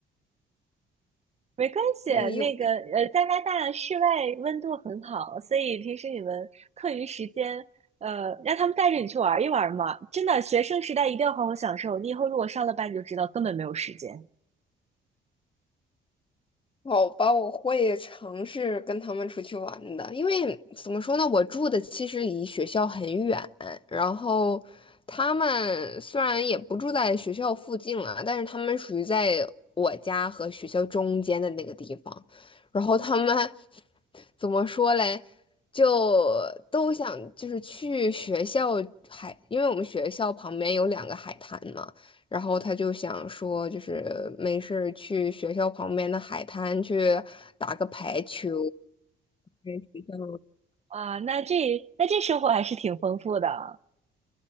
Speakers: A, on the right (about 35°); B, on the left (about 25°).
A: 没关系，
B: 所以有
A: 那个呃，加拿大室外温度很好，所以平时你们课余时间，呃，让他们带着你去玩一玩嘛。真的，学生时代一定要好好享受。你以后如果上了班，你就知道根本没有时间
B: 好吧，我会尝试跟他们出去玩的，因为怎么说呢，我住的其实离学校很远，然后他们虽然也不住在学校附近了，但是他们属于在我家和学校中间的那个地方，然后他们怎么说嘞，就都想就是去学校海，因为我们学校旁边有两个海滩嘛。然后他就想说，就是没事儿去学校旁边的海滩去打个排球，在学校，
A: 啊。那这那这生活还是挺丰富的。